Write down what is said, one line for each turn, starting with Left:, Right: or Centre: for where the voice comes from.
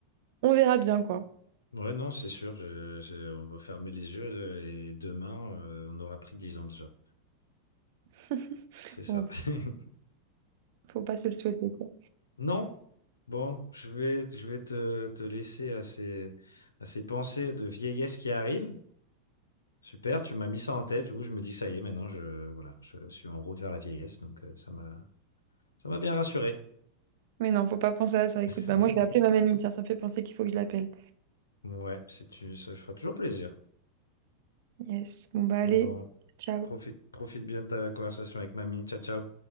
Right: on verra bien, quoi.
Left: Ouais, non, c'est sûr. je- je- on va fermer les yeux euh, et demain, euh, on aura pris 10 ans déjà.
Right: <laughs>
Left: C'est ça.
Right: Bon,
Left: <laughs>
Right: faut pas se le souhaiter, quoi.
Left: Non? Bon, je vais, je vais te, te laisser à ces, à ces pensées de vieillesse qui arrivent. Super, tu m'as mis ça en tête. Du coup, je me dis que ça y est, maintenant, je, voilà, je suis en route vers la vieillesse. Donc, euh, ça m'a, ça m'a bien rassuré.
Right: Mais non, faut pas penser à ça. Écoute,
Left: <laughs>
Right: bah moi, je vais appeler ma mamie. Tiens, ça me fait penser qu'il faut que je l'appelle.
Left: Ouais, c'est, une- ça fera toujours plaisir.
Right: Yes. Bon, bah
Left: Bon,
Right: allez. Ciao.
Left: profite, profite bien de ta conversation avec mamie. Ciao, ciao.